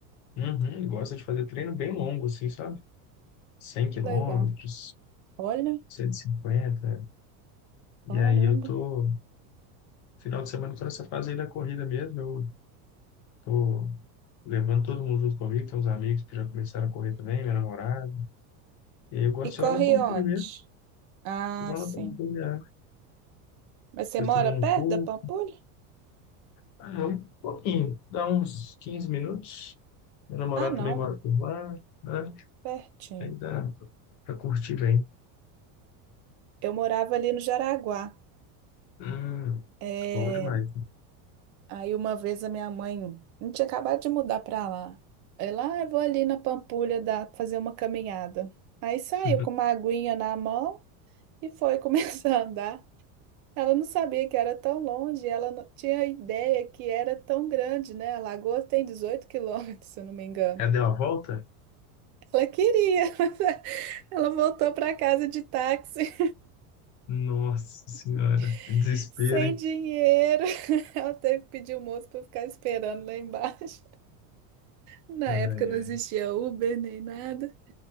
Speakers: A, on the left; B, on the right.
A: Uhum, ele gosta de fazer treino bem longo, assim, sabe? 100 quilômetros,
B: Que legal. Olha,
A: cento E cinquenta. E
B: caramba.
A: aí eu tô, final de semana, tô nessa fase aí da corrida mesmo, eu tô levando todo mundo junto comigo, tem uns amigos que já começaram a correr também, minha namorada. E aí eu gosto
B: E
A: de
B: corre
A: ir lá na Pampulha
B: onde?
A: mesmo,
B: Ah,
A: vou lá
B: sim.
A: na Pampulha, né?
B: Mas você
A: depois
B: mora
A: tomo um
B: perto
A: coco,
B: da Pampulha?
A: Ah, um pouquinho, dá uns 15 minutos. Meu namorado
B: Ah, não,
A: também mora por lá, né?
B: pertinho.
A: Aí dá pra curtir bem.
B: Eu morava ali no Jaraguá.
A: Hum,
B: É,
A: bom demais.
B: Aí uma vez a minha mãe, a gente tinha acabado de mudar pra lá. Ela, ah, eu vou ali na Pampulha dar, fazer uma caminhada. Aí saiu
A: <laughs>
B: com uma aguinha na mão e foi <laughs> começar a andar. Ela não sabia que era tão longe, ela não tinha ideia que era tão grande, né? A lagoa tem 18 quilômetros, se eu não me engano.
A: Ela deu a volta?
B: Ela queria, <laughs> mas ela voltou pra casa de táxi,
A: Nossa senhora,
B: <laughs>
A: que desespero,
B: sem
A: hein?
B: dinheiro. <laughs> Ela teve que pedir o moço para ficar esperando lá embaixo. Na
A: Ai,
B: época não
A: ai.
B: existia Uber nem nada.